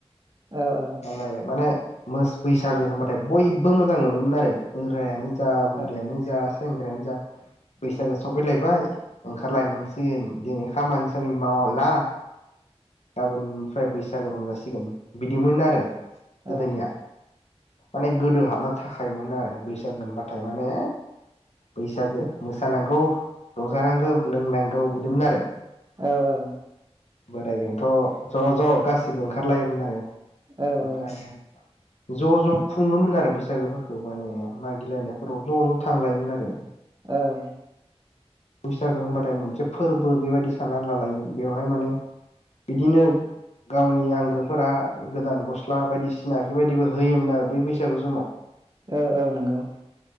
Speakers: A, on the right; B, on the left.
A: औ औ
B: नाय माने मोस बैसागो होनबाथाय बयबो मोजां मोनोमोन आरो। बोरायानो जा बुरियानो
A: औ
B: जा सेंग्रायानो जा बैसागो सफैलायबाय ओंखारलायनांसिगोन दिनै खामानि सामानि मावला गाबोननिफ्राय बैसागो रंजासिगोन बिदिमोन आरो
A: औ
B: गोदोनिया माने गोदो हाबनो थाखायोन आरो बैसागो ओनबाथाय माने बैसागो मोसानांगौ रंजानांगौ लोंनांगौ बिदिमोन आरो
A: औ औ
B: बोराय बेन थ' ज' ज' गासैबो ओंखारलायोमोन आरो।
A: औ
B: ओमफ्राय
A: औ
B: ज' ज' खुङोमोन आरो बैसागोफोरखौ माने मागिलायनायफोराव ज' ज' थांलायोमोन आरो
A: औ
B: बैसागो होनबाथाय मोनसे फोरबो बेबायदि सानना लालायोमोन बेवहाय माने बिदिनो गावनि आंगोफोरा गोदान गस्ला बायदिसिना बेफोरबायदिबो होयोमोन आरो बै बैसागु समाव।
A: औ औ नंगौ